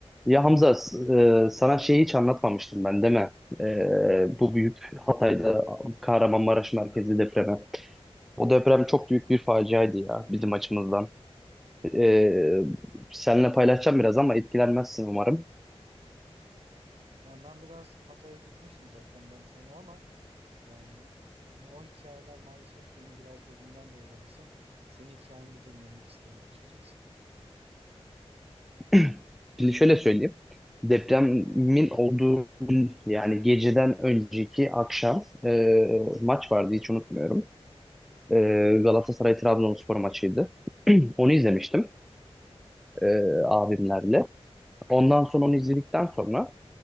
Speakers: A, in the centre; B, on the right (about 65°).
A: Ya Hamza, e, sana şeyi hiç anlatmamıştım ben değil mi? E, bu büyük Hatay'da Kahramanmaraş merkezli depremi. O
B: Yok.
A: deprem çok büyük bir faciaydı ya bizim açımızdan. E, seninle paylaşacağım biraz ama etkilenmezsin umarım.
B: Yani ben biraz Hatay'a gitmiştim depremden sonra ama yani o hikayeler maalesef beni biraz derinden de yaralasa senin hikayeni de dinlemek isterim açıkçası.
A: <clears throat> Şimdi şöyle söyleyeyim. Depremin olduğu yani geceden önceki akşam e, maç vardı hiç unutmuyorum. E, Galatasaray Trabzonspor maçıydı. Onu izlemiştim e, abimlerle. Ondan sonra onu izledikten sonra